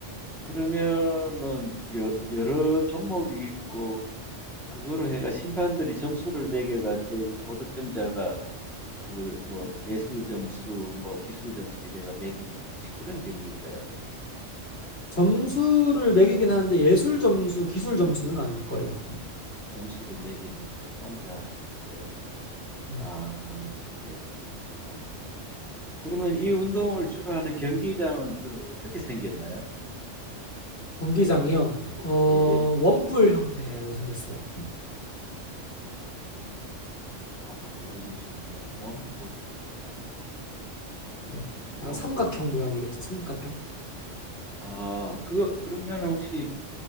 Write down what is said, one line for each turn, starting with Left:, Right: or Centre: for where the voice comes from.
Centre: 그러면은 여, 여러 종목이 있고 그거로 해가 심판들이 점수를 매겨가 제 고득점자가 그걸 뭐 예술 점수 뭐 기술 점수 이래가 매기는 혹시 그런 경기인가요?
Left: 점수를 매기긴 하는데 예술 점수, 기술 점수는 아닐 거예요.
Centre: 점수를 매기는데 혼자 하는데
Left: 네.
Centre: 아, 예, 점수가 아니다. 그러면 이 운동을 주로 하는 경기장은 주로 어떻게 생겼나요?
Left: 경기장이요. 어,
Centre: 예.
Left: 원뿔 형태로 생겼어요.
Centre: 아, 오리무중이네. 원볼 형태다. 아, 이게
Left: 네.
Centre: 원
Left: 약간 삼각형 모양이겠죠. 삼각형.
Centre: 아, 그거 그러면 혹시